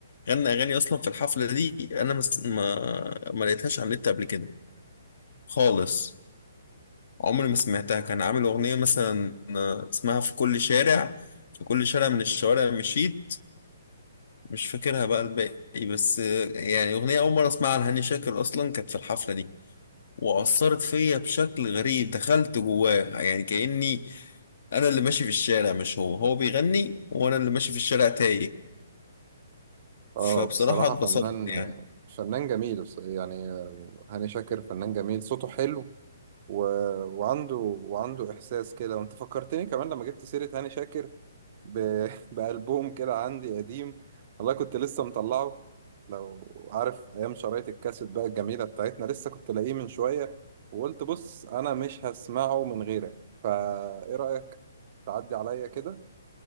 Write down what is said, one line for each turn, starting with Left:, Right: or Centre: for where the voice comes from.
Left: غنى اغاني اصلا في الحفله دي انا مس... ما ما لقيتهاش على النت قبل كده خالص عمري ما سمعتها كان عامل اغنيه مثلا آه، اسمها في كل شارع في كل شارع من الشوارع مشيت مش فاكرها بقى الباقي بس آه، يعني أغنية أول مرة أسمعها لهاني شاكر أصلا كانت في الحفلة دي وأثرت فيا بشكل غريب دخلت جواه يعني كأني أنا اللي ماشي في الشارع مش هو هو بيغني وأنا اللي ماشي في الشارع تايه
Right: اه
Left: فبصراحة
Right: بصراحة
Left: اتبسطت
Right: فنان
Left: يعني
Right: فنان جميل بص- يعني هاني شاكر فنان جميل صوته حلو و... وعنده وعنده إحساس كده وأنت فكرتني كمان لما جبت سيرة هاني شاكر ب... <laughs> بألبوم كده عندي قديم والله كنت لسه مطلعه لو عارف أيام شرايط الكاسيت بقى الجميلة بتاعتنا لسه كنت لاقيه من شوية وقلت بص أنا مش هسمعه من غيرك فإيه رأيك تعدي عليا كده